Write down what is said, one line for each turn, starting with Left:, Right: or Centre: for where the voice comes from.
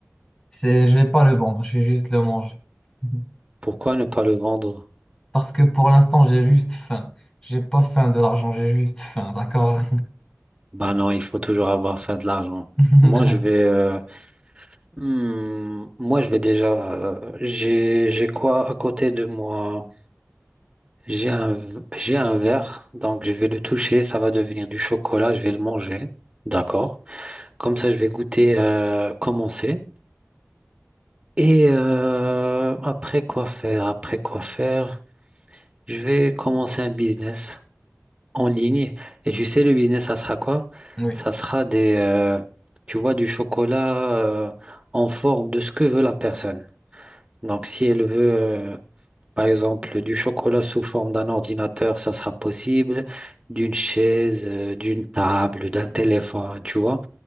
Left: C'est, je vais pas le vendre, je vais juste le manger. <laughs>
Right: Pourquoi ne pas le vendre?
Left: Parce que pour l'instant, j'ai juste faim. J'ai pas faim de l'argent, j'ai juste faim, d'accord?
Right: Bah non, il faut toujours avoir fait de l'argent.
Left: <laughs>
Right: Moi, je vais, euh, Hmm, moi, je vais déjà. euh, j'ai, j'ai quoi à côté de moi? J'ai un, v- j'ai un verre, donc je vais le toucher. Ça va devenir du chocolat. Je vais le manger. D'accord. Comme ça, je vais goûter euh, comment c'est. Et euh, après quoi faire? Après quoi faire? Je vais commencer un business en ligne. Et je sais, le business, ça sera quoi?
Left: Oui.
Right: Ça sera des. euh, tu vois, du chocolat euh, en forme de ce que veut la personne. Donc, si elle veut. euh, Par exemple, du chocolat sous forme d'un ordinateur, ça sera possible, d'une chaise, euh, d'une table, d'un téléphone, tu vois.